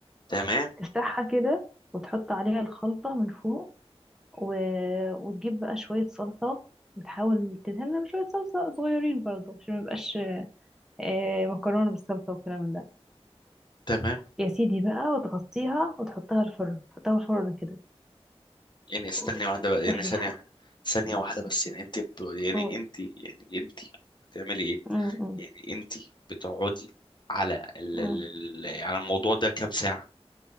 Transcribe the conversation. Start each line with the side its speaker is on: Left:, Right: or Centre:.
Left: تمام
Centre: تفتحها كده وتحط عليها الخلطة من فوق و... وتجيب بقى شوية صلصة وتحاول تدهنها بشوية صلصة صغيرين برضو عشان ميبقاش آه، مكرونة بالصلصة والكلام من ده
Left: تمام
Centre: يا سيدي بقى وتغطيها وتحطها الفرن تحطها الفرن كده
Left: يعني استني
Centre: و-
Left: واحدة بقى
Centre: الريحة
Left: يعني ثانية ثانية واحدة بس يعني انت ب... يعني
Centre: قول
Left: انت يعني انت بتعملي ايه
Centre: م- م-
Left: يعني انت بتقعدي على ال...
Centre: م.
Left: ال... ال- على الموضوع ده كام ساعة